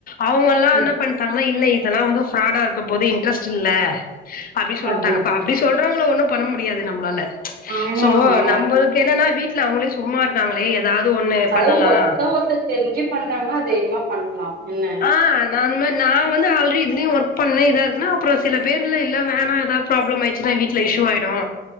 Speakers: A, on the left; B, on the right.
A: அவுங்கல்லா
B: ம்
A: என்னா பண்ட்டாங்னா இல்ல இ தல்லா வந்து ஃப்ராடா இருக்க போது இன்ட்ரெஸ்ட் இல்ல அப்டி சொல்ட்டாங்க
B: அப்டின்னு
A: பா அப்டி சொல்றவங்கள ஒன்னு பண்ண முடியாது நம்ளால
B: ஆமா
A: சோ
B: ஆமா
A: நம்பளுக்கு என்னனா வீட்ல அவுங்களே சும்மா இருக்காங்களே ஏதாவது ஒண்ணு
B: அதாவது
A: பண்ணலா
B: ஒர்த்த ஒர்த்த தெருஞ்சு பண்றாங்கன்னா தைரிமா பண்லா என்ன
A: ஆ நா அந் மாரி நா வந்து ஆல்ரெடி இதுலயு ஒர்க் பண்ணே இதாருக்குனா அப்றோ சில பேர்ல இல்ல வேனா எதா ப்ராப்ளம் ஆய்ச்சுனா வீட்ல இஷ்யூவாய்டு